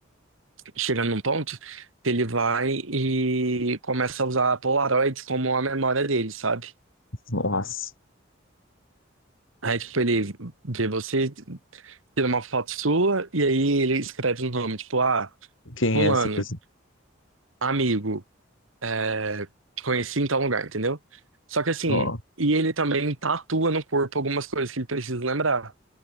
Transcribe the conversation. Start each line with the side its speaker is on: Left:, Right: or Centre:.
Right: chegando num ponto que ele vai e começa a usar Polaroids como a memória dele, sabe?
Left: Nossa,
Right: Aí, tipo, ele vê você. tira uma foto sua e aí ele escreve um nome, tipo, ah,
Left: quem
Right: fulano,
Left: é essa pessoa?
Right: amigo, é, te conheci em tal lugar, entendeu? Só que assim,
Left: Ó,
Right: e ele também tatua no corpo algumas coisas que ele precisa lembrar.